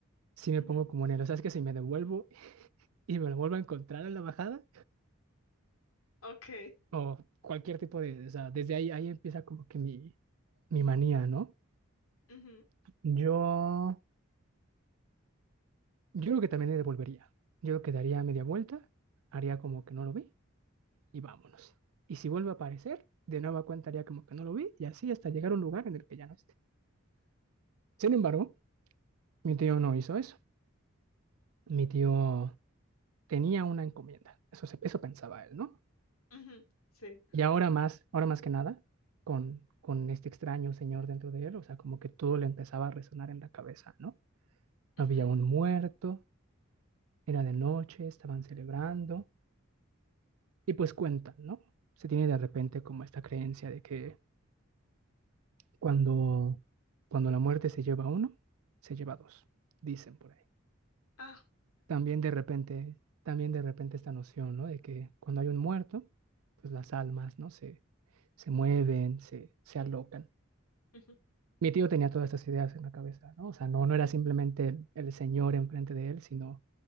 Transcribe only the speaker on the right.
si me
pongo como en él. O sea, es que si me devuelvo y me lo vuelvo a encontrar en la bajada,
o cualquier tipo de... O sea, desde ahí, ahí empieza como que mi, mi manía, ¿no?
Yo, yo creo que también le devolvería. Yo creo que daría media vuelta, haría como que no lo vi y vámonos. Y si vuelve a aparecer, de nueva cuenta haría como que no lo vi y así hasta llegar a un lugar en el que ya no esté. Sin embargo, mi tío no hizo eso. Mi tío tenía una encomienda, eso, se- eso pensaba él, ¿no?
Y ahora más, ahora más que nada, con, con este extraño señor dentro de él, o sea, como que todo le empezaba a resonar en la cabeza, ¿no?
Había un muerto, era de noche, estaban celebrando, y pues cuentan, ¿no? Se tiene de repente como esta creencia de que cuando, cuando la muerte se lleva a uno, se lleva a dos, dicen por ahí.
También de repente, también de repente esta noción, ¿no? De que cuando hay un muerto, pues las almas, ¿no? Se, se mueven, se, se alocan.
Mi tío tenía todas estas ideas en la cabeza, ¿no? O sea, no, no era simplemente el, el señor enfrente de él, sino